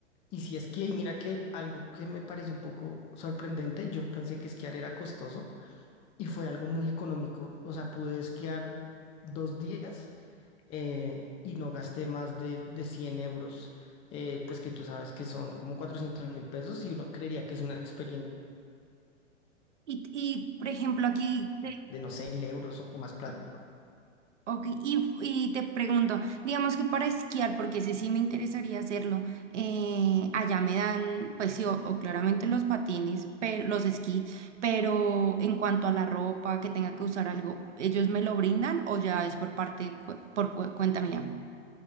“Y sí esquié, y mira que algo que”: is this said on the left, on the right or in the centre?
Left